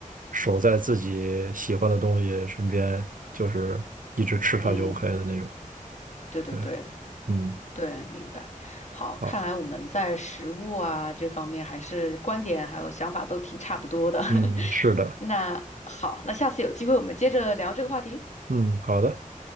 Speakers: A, on the right; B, on the left.
A: 守在自己喜欢的东西身边，就是一直吃它就
B: 嗯，
A: OK 的那种。
B: 对对对。
A: 对，嗯，
B: 对，明白。好，
A: 好，
B: 看来我们在食物啊这方面还是观点还有想法都挺差不多的。<laughs>
A: 嗯，是的，
B: 那好，那下次有机会我们接着聊这个话题。
A: 嗯，好的，